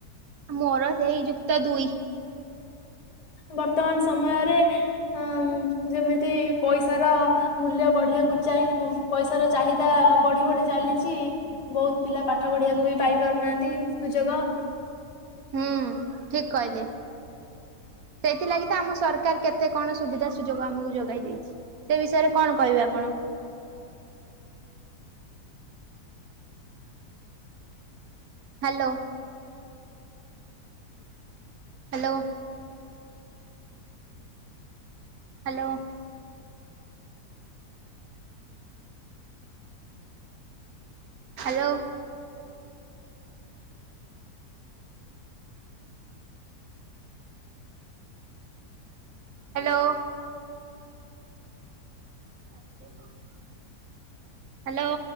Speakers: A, on the right; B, on the left.
A: ମୋର ସେହି ଯୁକ୍ତଦୁଇ
B: ବର୍ତ୍ତମାନ ସମୟରେ ଉଁ ଯେମିତି ପଇସାର ମୂଲ୍ୟ ବଢିବାକୁ ପଇସା ର ଚାହିଦା ବଢିବଢି ଚାଲିଛି ବହୁତ ପିଲା ପାଠ ପଢିବାକୁ ବି ପାଇ ପାରୁନି ଆନ୍ତି ସୁଯୋଗ
A: ହୁଁ ଠିକ କହିଲେ। ସେଇଥିଲାଗି ତ ଆମ ସରକାର କେତେ କଣ ସୁବିଧା ସୁଯୋଗ ଆମକୁ ଯୋଗେଇ ଦେଇେଛି ସେ ବିଷୟରେ କଣ କହିବେ ଆପଣ? Hello. Hello. Hello. Hello. Hello. ଆଜ <unintelligible> ହ୍ୟାଲୋ।